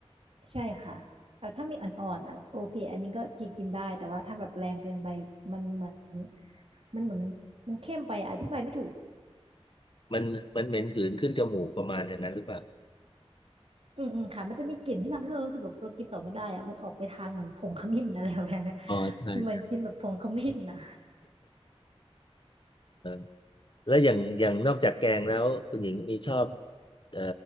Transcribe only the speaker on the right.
ใช่ค่ะแบบถ้ามีอ่อนๆอ่ะโอเคอันนี้ก็กินกินได้แต่ว่าถ้าแบบแรงเกินไปมันเหมือนมันเหมือนมันมันเข้มไปอธิบายไม่ถูก
อืมอืมค่ะมันจะมีกลิ่นที่ทำให้เรารู้สึกแบบเรากินต่อไม่ได้อะมันออกไปทางเหมือนผงขมิ้นอะไรแบบเนี้ย
กินเหมือนกินแบบผงขมิ้นนะ